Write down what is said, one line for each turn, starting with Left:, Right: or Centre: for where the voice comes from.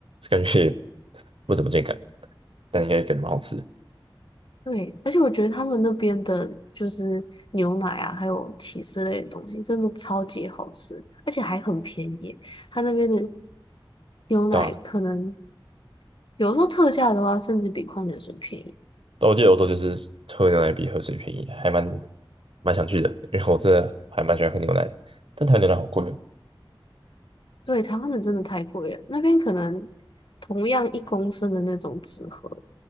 Right: 感觉也不怎么健康，但应该感觉蛮好吃的
Left: 对，而且我觉得他们那边的就是牛奶啊，还有起司类的东西，真的超级好吃，而且还很便宜。他那边的牛奶可能
Right: 对吧、
Left: 有时候特价的话，甚至比矿泉水便宜。
Right: 但我记得欧洲就是喝牛奶比喝水便宜，还蛮蛮想去的，因为我真的还蛮喜欢喝牛奶的，但台湾牛奶好贵哦，
Left: 对，台湾的真的太贵了，那边可能同样一公升的那种纸盒，